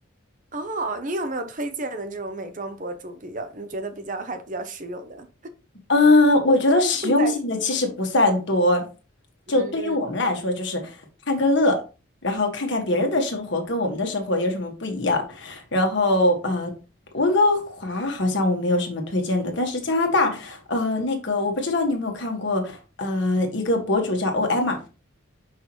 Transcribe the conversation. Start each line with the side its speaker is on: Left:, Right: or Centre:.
Right: 哦，你有没有推荐的这种美妆博主比较，你觉得比较还比较实用的？
Left: 呃，我觉得实用性的其实不算多，
Right: 重在题目。
Left: 就对于我们来说，
Right: 嗯嗯。
Left: 就是看个乐，然后看看别人的生活跟我们的生活有什么不一样。然后呃，温哥华好像我没有什么推荐的，但是加拿大，呃，那个我不知道你有没有看过，呃，一个博主叫 OM。